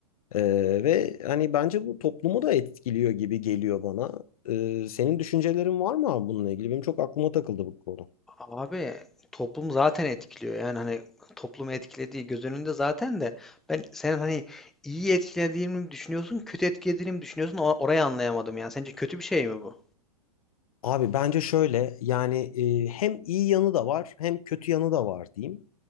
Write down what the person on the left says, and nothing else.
E, ve hani bence bu toplumu da etkiliyor gibi geliyor bana. E, senin düşüncelerin var mı abi bununla ilgili? Benim çok aklıma takıldı bu konu.
Abi bence şöyle yani e, hem iyi yanı da var hem kötü yanı da var diyeyim.